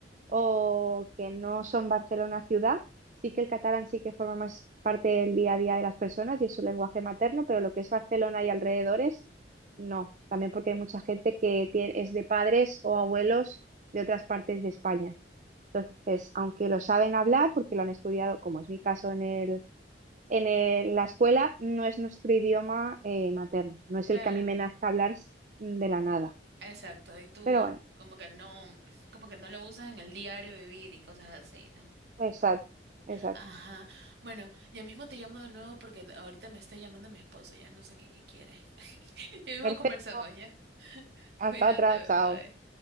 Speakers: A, on the right (about 40°); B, on the right (about 65°).
A: o que no son Barcelona ciudad, sí que el catalán sí que forma más parte del día a día de las personas y es su lenguaje materno, pero lo que es Barcelona y alrededores, no. También porque hay mucha gente que tie- es de padres o abuelos de otras partes de España. Entonces, aunque lo saben hablar, porque lo han estudiado, como es mi caso en el, en el- la escuela, no es nuestro idioma eh, materno, no es
B: Claro,
A: el que a mí me nazca hablar s- de la nada.
B: exacto, y tú
A: Pero bueno,
B: como que no, como que no lo usas en el diario vivir y cosas así, ¿no?
A: exacto, exacto.
B: Ajá. Bueno, ya mismo te llamo de nuevo porque ahorita me está llamando mi esposo, ya no sé qué, qué quiere. <laughs> Ya mismo
A: Perfecto.
B: conversamos, ya.
A: Hasta
B: Cuídate,
A: otra, chao.
B: bye.